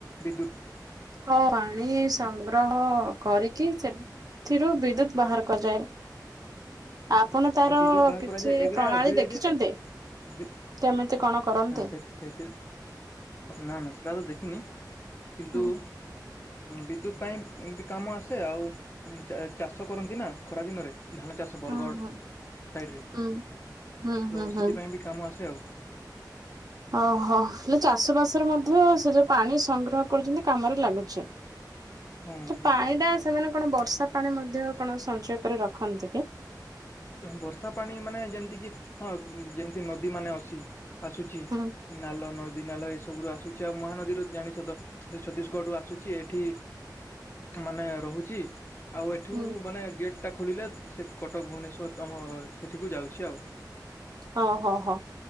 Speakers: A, on the left (about 35°); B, on the right (about 55°).
A: ବିଦ୍ୟୁତ୍।
B: ହଁ ପାଣି ସଂଗ୍ରହ କରିକି ସେଥିରୁ ବିଦ୍ୟୁତ୍ ବାହାର କରାଯାଏ। ଆପଣ ତାର
A: ଆଉ ବିଦ୍ୟୁତ ବାହାର
B: କିଛି
A: କରାଯାଏ ଏକରେ
B: ପ୍ରଣାଳୀ
A: ଆଉ ଦୁଇରେ
B: ଦେଖିଛନ୍ତି
A: ଯେ ଦୁ
B: କେମିତି କଣ? କରନ୍ତି?
A: ନା ସେ ସେତ ନା ନା ସେଟା ତ ଦେଖିନି କିନ୍ତୁ
B: ହୁଁ
A: ଉଁ ବିଦ୍ୟୁତ ପାଇଁ ବି କାମ ଆସେ ଆଉ ଚାଷ କରନ୍ତି ନା ଖରା ଦିନରେ। ଧାନ ଚାଷ
B: ହୁଁ
A: ବରଗଡ଼
B: ହୁଁ
A: ସାଇଡ଼ରେ ତ
B: ହୁଁ ହୁଁ ହୁଁ ହୁଁ।
A: ସେଥିପାଇଁ ବି କାମ ଆସେ ଆଉ।
B: ଓହୋ ହେଲେ ଚାଷ ବାସରେ ମଧ୍ୟ ସେ ଯୋଉ ପାଣି ସଂଗ୍ରହ କରୁଛନ୍ତି କାମରେ ଲାଗୁଛି।
A: ହଁ ହଁ।
B: ପାଣି ଟା ସେମାନେ କଣ ବର୍ଷା ପାଣି ମଧ୍ୟ କଣ ସଞ୍ଚୟ କରି ରଖନ୍ତି କି?
A: ବର୍ଷା ପାଣି ମାନେ ଯେମିତି କି ହଁ ଯେମିତି ନଦୀ ମାନେ ଅଛି। ଆସୁଛି
B: ହୁଁ
A: ନାଲ ନଦୀ ନଦିନାଲ ଏ ସବୁ ଆସୁଛି ଆଉ ମହାନଦୀରୁ ଜାଣିଛ ତ ସେ ଛତିଶଗଡ ରୁ ଆସୁଛି ଏଠି। ମାନେ ରହୁଛି। ଆଉ ଏଠୁ
B: ହୁଁ
A: ମାନେ ଗେଟ୍ ଟା ଖୋଲିଲେ ସେ କଟକ ଭୁବନେଶ୍ୱର ତମ ସେଠିକୁ ଯାଉଛି ଆଉ।
B: ହଁ ହଁ ହଁ